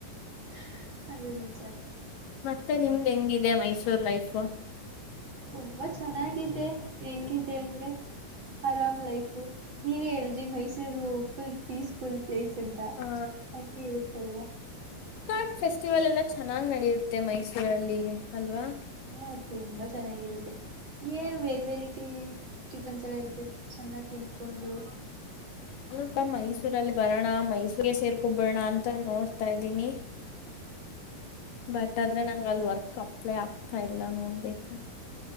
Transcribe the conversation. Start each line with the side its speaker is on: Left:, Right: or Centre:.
Right: ಹ ಅದು ನಿಜಾನೆ
Left: ಮತ್ತೆ ನಿಮ್ದ್ ಹೆಂಗಿದೆ ಮೈಸೂರ್ ಲೈಫು
Right: ತುಂಬಾ ಚೆನ್ನಾಗಿದೆ ಹೆಂಗಿದೆ ಅಂದ್ರೆ ಆರಾಮ್ ಲೈಫ್ ನೀವೇ ಹೇಳಿದ್ರಿ ಮೈಸೂರು ಫುಲ್ ಪೀಸ್ಫುಲ್ ಪ್ಲೇಸ್ ಅಂತ
Left: ಹಾ
Right: ಹಂಗೆ ಇರುತ್ತಲ್ವಾ
Left: ಕಾಟ್ ಫೆಸ್ಟಿವಲ್ ಎಲ್ಲ ಚೆನ್ನಾಗ್ ನಡೆಯುತ್ತೆ ಮೈಸೂರಲ್ಲಿ ಅಲ್ವಾ
Right: ಹ ತುಂಬಾ ಚೆನ್ನಾಗಿರುತ್ತೆ. ಏನ್ ವೇರ್ ವೆರೈಟಿ ಟಿಫನ್ಸ್ ಎಲ್ಲ ಇರುತ್ತೆ ಅನ್ನ ತಿಂದ್ಕೊಂಡು
Left: ಅಪ್ಪ ಮೈಸೂರಲ್ಲಿ ಬರೋಣ ಮೈಸೂರ್ಗೆ ಸೇರ್ಕೊಬಿಡಣ ಅಂತ ನೋಡ್ತಾ ಇದ್ದೀನಿ ಬಟ್ ಆದ್ರೆ ನಂಗ್ ಅಲ್ ವರ್ಕ್ ಅಪ್ಲೆ ಆಗ್ ಹ ಎಲ್ಲ ನೋಡ್ಬೇಕ